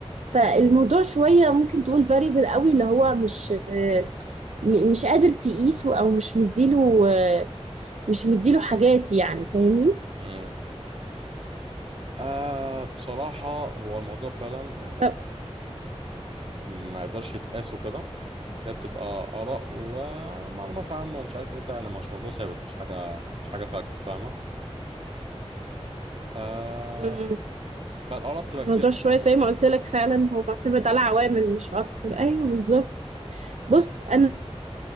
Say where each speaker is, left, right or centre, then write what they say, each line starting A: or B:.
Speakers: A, on the right; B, on the right.
A: فالموضوع شوية ممكن تقول فاريبل قوي اللي هو مش م- مش قادر تقيسه او مش مديله مش مديله حاجات يعني فاهمني
B: امم آه بصراحة هو الموضوع فعلا يعني
A: ف-
B: ما يقدرش يتقاسه كده هي بتبقى آراء ومعلومات عامة ومش عارف إيه وبتاع يعني مش موضوع ثابت مش حاجة مش حاجة فاكتس فاهمة؟ آه
A: مم،
B: فالآراء بتبقى
A: الموضوع
B: كتير في
A: شوية
B: الموضوع
A: زي
B: ده
A: ما قلت لك فعلا هو معتمد على عوامل مش أكتر أيوه بالظبط بص أنا